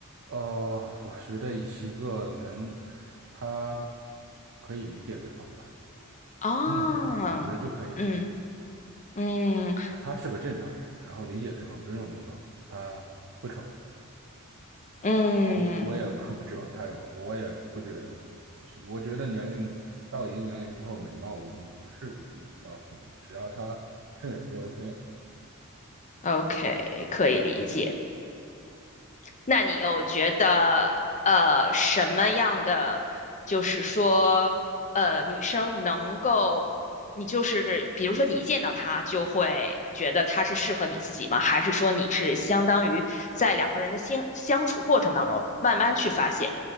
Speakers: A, on the right; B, on the left.
A: 呃，我觉得一个能，他可以理解对方吧，
B: 啊，
A: 尊重对方，我觉得就可以了。
B: 嗯嗯。
A: 他是个正常人，然后理解对方，尊重对方，他不丑，
B: 嗯
A: 我我也不不指望他有，我也不觉得，我觉得年龄到一定年龄之后，美貌已经不是第一要素了，只要他顺眼就 OK 了。
B: ，OK，可以理解。那你又觉得呃什么样的，就是说呃女生能够，你就是比如说你一见到她就会觉得她是适合你自己吗？还是说你是相当于在两个人的相相处过程当中慢慢去发现，